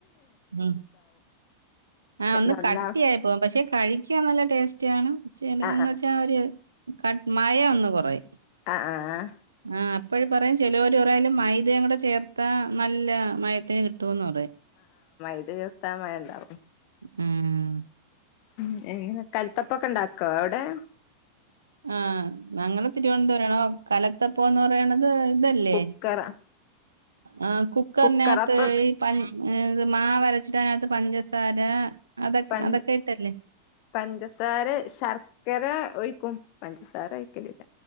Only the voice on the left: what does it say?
നന്നാ
ആ
ആ
ആ ആ
ഇത് തീർത്താ മയ ഉണ്ടാവും
ഉം എങ്ങനെ കലത്തപ്പം ഒക്കെ ഉണ്ടാക്കോ അ
കുക്കറ
കുക്കറപ്പം
പഞ്ച
പഞ്ചസാര ശർക്കര ഒരു ക്കൂം പഞ്ചസാര ഒയിക്കലില്ല